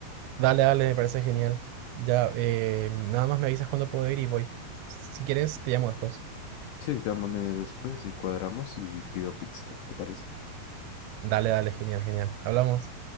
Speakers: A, on the right; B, on the left.
A: Dale, dale, me parece genial. Ya, eh, nada más me avisas cuando puedo ir y voy. Si quieres, te llamo después.
B: Sí, llámame después y cuadramos y pido pizza, ¿te parece?
A: Dale, dale, genial, genial. Hablamos.